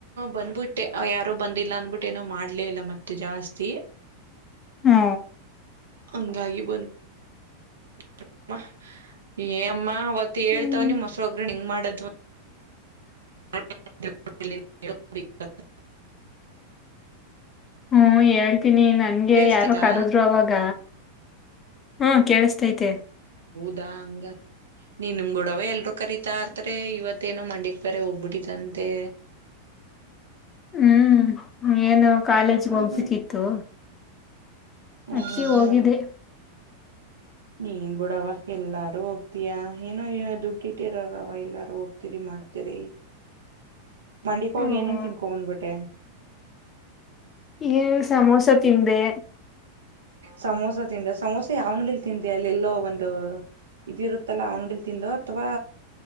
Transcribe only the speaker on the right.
ಬಂದ್ಬಿಟ್ಟೆ ಯಾರು ಬಂದಿಲ್ಲ ಅಂದ್ಬಿಟ್ಟ ಏನೋ ಮಾಡ್ಲೇ ಇಲ್ಲ ಮತ್ತೆ ಜಾಸ್ತಿ.
ಹಂಗಾಗಿ ಬಂದ್ <unintelligible> ಏ ಅಮ್ಮ ಅವತ್ತ ಹೇಳ್ತವನಿ
ಮೊಸರು ಒಗ್ಗರಣೆ ಹಿಂಗ್ ಮಾಡದು ಅಂ <unintelligible>
ಕೇಳ್ಸ್ತಾ
<unintelligible> ದಾ ಅಂಗ ನೀನ್ನ ಬಿಡವ್ವ ಎಲ್ರುೂ ಕರೀತಾ ಇರ್ತಾರೆ ಇವತ್ತೇನೋ ಮಂಡ್ಯಕ್ ಬೇರೆ ಹೋಗ್ಬಿಟ್ಟಿದಂತೆ.
ಹ್ಮ್
ಹ್ಮ್ ಹ್ಮ್
ಹ್ಮ್
ನೀನ್ ಬುಡವ ಎಲ್ಲಾರ್ <unintelligible> ರು ಹೋಗ್ತಯಾ ಏನೋ ದುಡ್ಡು ಇಟ್ಟಿರಾರವ ಎಲ್ಲಾರೂ ಹೋಗ್ತಿರಿ ಮಾಡ್ತೀರಿ. ಮಂಡ್ಯಕ್ ಹೋಗಿ
ಏನೇನ್ ತಿನ್ಕೊ ಬಂದ್ಬಿಟ್ಟೆ.
ಸಮೋಸ ತಿಂದ ಸಮೋಸ ಯಾವ್ ಅಂಗಡಿಲಿ ತಿಂದೆ ಅಲ್ಲ ಎಲ್ಲೋ ಒಂದು ಇದ ಇರುತ್ತಲ್ಲ ಅವಂಗ್ಡಿಲ್ ತಿಂದೋ ಅಥವಾ